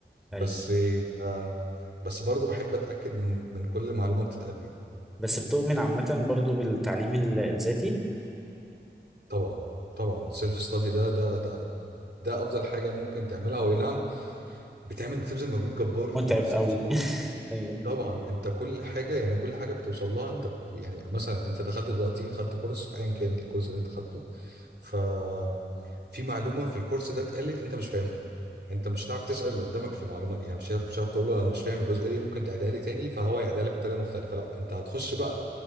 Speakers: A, on the right (about 65°); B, in the centre.
A: بس
B: ايوه
A: آه بس برضه بحب أتأكد من من كل معلومة بتتقال لي
B: بس بتؤمن عامة برضو بالتعليم ال- الذاتي
A: طبعا طبعا سيلف ستادي ده ده ده ده افضل حاجه ممكن تعملها هو أي نعم بتعمل بتبذل مجهود جبار
B: ومتعب
A: في السيلف
B: قوي
A: ستادي
B: <laughs> ايوه
A: طبعا انت كل حاجه يعني كل حاجه بتوصل لها انت ب- يعني مثلا انت دخلت دلوقتي خدت كورس في ايا كان الكورس اللي انت خدته ففي معلومه في الكورس ده اتقالت انت مش فاهمها انت مش هتعرف تسال اللي قدامك في المعلومه دي يعني مش هتعرف مش هتعرف تقول له انا مش فاهم الجزئيه دي ممكن تعيدها لي تاني فهو يعيدها لك بطريقه مختلفه لا انت هتخش بقى